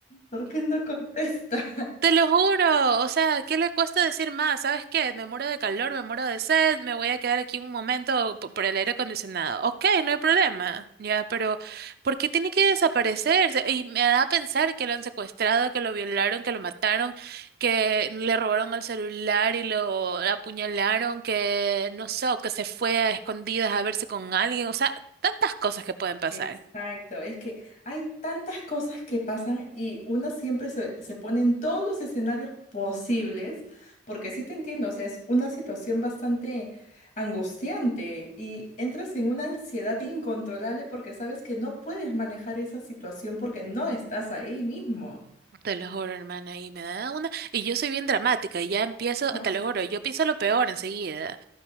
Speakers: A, on the left; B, on the right.
A: por qué no contesta?
B: Te lo juro, o sea, ¿qué le cuesta decir más? ¿Sabes qué? Me muero de calor, me muero de sed, me voy a quedar aquí un momento po- por el aire acondicionado. Ok, no hay problema, ya, pero ¿por qué tiene que desaparecerse? Y me da a pensar que lo han secuestrado, que lo violaron, que lo mataron, que le robaron el celular y lo apuñalaron, que no sé, o que se fue a escondidas a verse con alguien, o sea, tantas cosas que pueden pasar.
A: Exacto, es que hay tantas cosas que pasan y una siempre se, se pone en todos los escenarios posibles, porque sí te entiendo, o sea, es una situación bastante angustiante y entras en una ansiedad incontrolable porque sabes que no puedes manejar esa situación porque no estás ahí mismo.
B: Te lo juro, hermana, y me da una... Y yo soy bien dramática, y ya empiezo,
A: Ajá.
B: te lo juro, yo pienso lo peor enseguida.